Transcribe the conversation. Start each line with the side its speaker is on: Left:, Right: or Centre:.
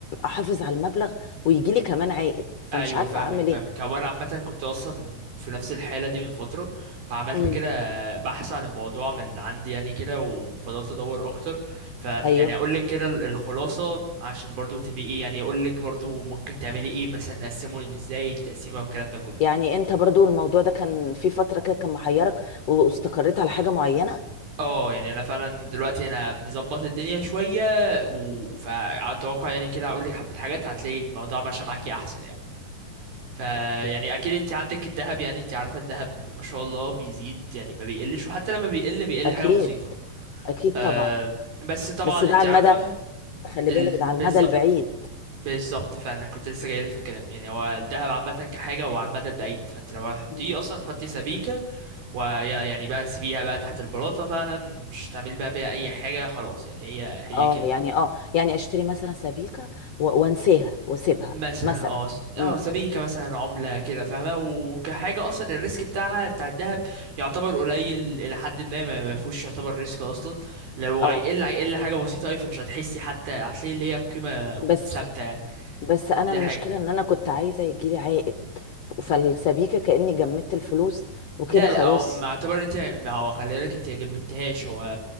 Left: احافظ على المبلغ ويجي لي كمان عائد فمش
Right: ايوه
Left: عارفة
Right: فاهمك
Left: اعمل
Right: فاهمك
Left: ايه
Right: هو انا عامه كنت اصلا في نفس الحاله دي من فتره فعملت
Left: مم.
Right: كده بحث عن الموضوع من عندي يعني كده وفضلت ادور اكتر فيعني
Left: ايوه
Right: اقول لك كده ال- الخلاصه عشان برضو تبقي ايه يعني اقول لك برضو ممكن تعملي ايه مثلا نقسمه ازاي التقسيمه والكلام ده كله
Left: يعني انت برضو الموضوع ده كان في فترة كده كان محيرك واستقريت على حاجة معينة
Right: اه يعني انا فعلا دلوقتي انا مظبط الدنيا شويه و فاتوقع يعني كده اقول لك حبه حاجات هتلاقي الموضوع ماشي معاكي احسن يعني فيعني
Left: اوكي
Right: اكيد انت عندك الذهب يعني انت عارفه الذهب ما شاء الله بيزيد يعني ما بيقلش وحتى لما بيقل بيقل
Left: اكيد
Right: حاجه بسيطه
Left: اكيد
Right: أه
Left: طبعا
Right: بس طبعا
Left: بس ده
Right: انت
Left: على
Right: عارفه
Left: المدى خلي
Right: ال...
Left: بالك ده على
Right: بالظبط
Left: المدى البعيد
Right: بالظبط فعلا كنت لسه جايلك في الكلام يعني هو الذهب عامه كحاجه هو على المدى البعيد فانت لو هتحطيه
Left: مم.
Right: اصلا تحطي سبيكه ويعني بقى سيبيها بقى تحت البلاطه فعلا مش هتعملي بقى بيها اي حاجه خلاص يعني هي هي
Left: اه
Right: كده
Left: يعني اه يعني اشتري مثلا سبيكة و- وانساها واسيبها
Right: مثلا
Left: مثلا
Right: اه س- اه
Left: امم
Right: سبيكة مثلا عملة كده فاهمة وكحاجة اصلا الريسك بتاعها بتاع الذهب يعتبر قليل الى حد ما ما ما فيهوش يعتبر ريسك اصلا لو
Left: اه
Right: هيقل هيقل حاجة بسيطة اوي فمش هتحسي حتى هتلاقي اللي هي قيمة
Left: بس
Right: ثابتة يعني
Left: بس انا
Right: دي, دي
Left: المشكلة
Right: حاجة
Left: ان انا كنت عايزة يجيلي عائد فالسبيكة كأني جمدت الفلوس وكده
Right: لا
Left: خلاص
Right: لا هو ما اعتبر انت ما هو خلي بالك انت جمدتهاش هو